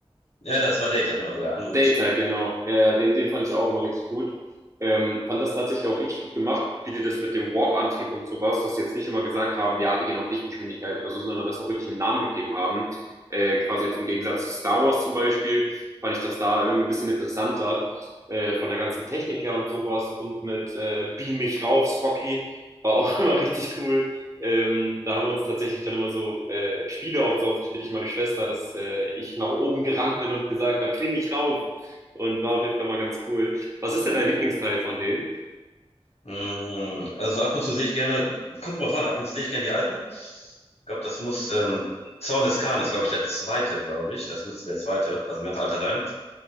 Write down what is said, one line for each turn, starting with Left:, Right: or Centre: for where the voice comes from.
Left: Ja, das war Data, genau, der Android.
Right: Data, genau. Ja, ja, den, den fand ich auch immer richtig gut. Ähm, fand das tatsächlich auch richtig gut gemacht, wie die das mit dem Warp-Antrieb und sowas, dass sie jetzt nicht immer gesagt haben, ja, wir gehen auf Lichtgeschwindigkeit oder so, sondern das auch wirklich einen Namen gegeben haben. Äh, quasi jetzt im Gegensatz zu Star Wars zum Beispiel, fand ich das da irgendwie ein bisschen interessanter, äh, von der ganzen Technik her und sowas. Und mit äh, Beam mich rauf, Spocky, war auch <laughs> immer richtig cool. Ähm, da haben wir uns tatsächlich dann immer so äh, Spiele aufgebaut, ich und meine Schwester, dass äh, ich nach oben gerannt bin und gesagt habe, kling ich rauf. Und war auf jeden Fall mal ganz cool. Was ist denn dein Lieblingsteil von denen?
Left: Mm, Also ab und zu sehe ich gerne, könnte man fahren, ab und zu sehe ich gerne die alten. Ich glaube, das muss, ähm, Zorn des Khan ist, glaube ich, der zweite, glaube ich. Das müsste der zweite, also ein ganz alter sein.